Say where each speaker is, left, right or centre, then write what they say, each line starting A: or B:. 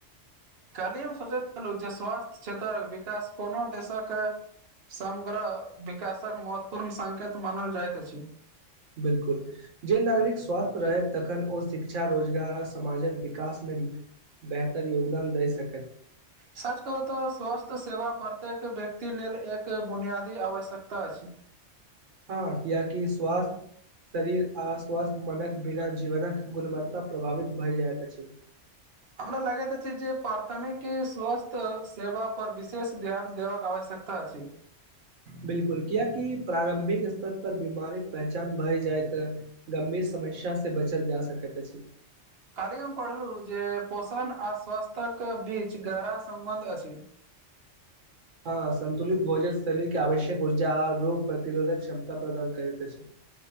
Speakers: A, on the right (about 55°); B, on the right (about 80°).
A: कहलियै हम सोचैत छलहुँ जे स्वास्थ्य क्षेत्रक विकास कोनो देशक समग्रह विकासक महत्वपूर्ण संकेत मानल जाइत अछि
B: बिल्कुल जे नागरिक स्वस्थ रहैत तखन ओ शिक्षा रोजगार आ समाजक विकासमे बेहतर योगदान दए सकैत
A: सच कहू तऽ स्वास्थ्य सेवा प्रत्येक व्यक्ति लेल एक बुनियादी आवश्यकता अछि
B: हँ किया कि स्वास्थ शरीर आ स्वस्थ मनक बिना जीवनक गुणवत्ता प्रभावित भए जाइत अछि
A: हमरा लगैत अछि जे प्राथमिक स्वास्थ सेवा पर विशेष ध्यान देब आवश्यकता ता अछि
B: बिल्कुल कियाकि प्रारम्भिक स्तर पर बीमारीक पहचान भय जाय तऽ गंभीर समस्या से बचल जा सकैत अछि
A: काल्हि हम पढ़लू जे पोषण आ स्वास्थ के बीच गहरा सम्बन्ध अछि
B: हँ सन्तुलित भोजन शरीरके आवश्यक ऊर्जा आ रोग प्रतिरोधक क्षमता प्रदान करैत अछि